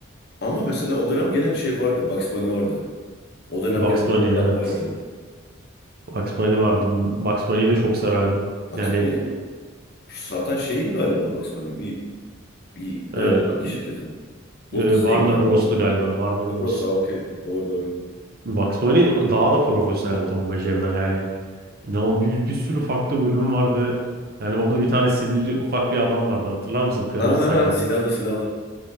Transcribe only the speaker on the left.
Ama mesela o dönem gene şey vardı. Bugs Bunny vardı. O dönem
gene
Donald Duck
vardı.
Bugs
Bunny şu zaten şeyin galiba Bugs Bunny. Bir, bir
e, hangi şirketin? Walt
Disney'in
galiba
değil mi?
Burası okey. Doğru doğru.
Aha
silahlı silahlı.